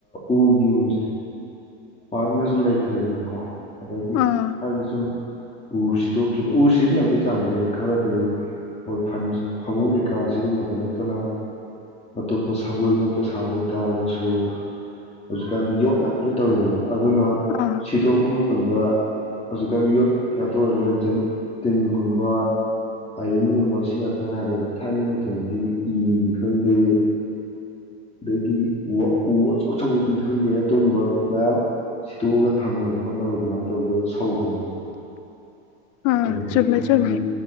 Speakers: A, on the left (about 20°); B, on the left (about 45°).
A: ꯎꯒꯤ ꯌꯨꯝꯁꯦ ꯄꯥꯛꯅꯁꯨ ꯂꯩꯇ꯭ꯔꯦꯗꯅꯀꯣ ꯑꯗꯒꯤ
B: ꯑꯥ
A: ꯍꯥꯏꯗꯤ ꯁꯨꯝ ꯎ ꯁꯤꯗꯣꯛꯈꯤꯕ ꯎ ꯁꯤꯖꯤꯟꯅꯕꯒꯤ ꯆꯥꯡꯁꯦ ꯈꯔꯗꯤ ꯑꯗꯨꯝ ꯃꯣꯏ ꯐꯃꯨꯡ ꯀꯩꯀꯥ ꯁꯤꯒꯨꯝꯕꯗ ꯅꯠꯇꯅ ꯑꯇꯣꯞꯄ ꯁꯪꯒꯣꯏꯃꯛꯇ ꯁꯥꯕ ꯑꯣꯏ ꯇꯥꯔꯒꯁꯨ ꯍꯧꯖꯤꯛꯀꯥꯟꯗꯤ ꯌꯣꯠ ꯉꯥꯛꯇ ꯂꯣꯏ ꯇꯧꯋꯦꯗꯅ ꯑꯗꯨꯅ
B: ꯑꯥ
A: ꯁꯤꯗꯣꯛꯄ ꯃꯇꯝꯗ ꯍꯧꯖꯤꯛꯀꯥꯟꯗꯤ ꯌꯣꯠ ꯉꯥꯛꯇ ꯑꯣꯏꯔꯔꯕꯅ ꯇꯤꯟꯒꯨꯝꯕ ꯑꯥꯏꯔꯟꯒꯨꯝꯕ ꯁꯤ ꯉꯥꯛꯇ ꯉꯥꯏꯔꯦꯕ ꯊꯥꯏꯅꯒꯤ ꯃꯇꯝꯗꯗꯤ ꯏꯅꯤ ꯈꯪꯗꯦ ꯗꯒꯤ ꯎꯋ ꯎꯋ ꯑꯆꯧ ꯑꯆꯧꯕꯗꯤ ꯈꯪꯗꯦ ꯑꯗꯨꯝꯕ ꯃꯌꯥꯝ ꯇꯣꯛꯑꯒ ꯊꯝꯅꯕ ꯈꯣꯠꯅꯕ ꯑꯗꯨꯃꯥꯏꯅ ꯇꯧ ꯁꯧꯒꯟꯗꯅꯀꯣ
B: ꯑꯥ
A: ꯑꯗꯣ ꯍꯧꯖꯤꯛꯀꯥꯟꯗꯤ
B: ꯆꯨꯝꯃꯦ ꯆꯨꯝꯃꯦ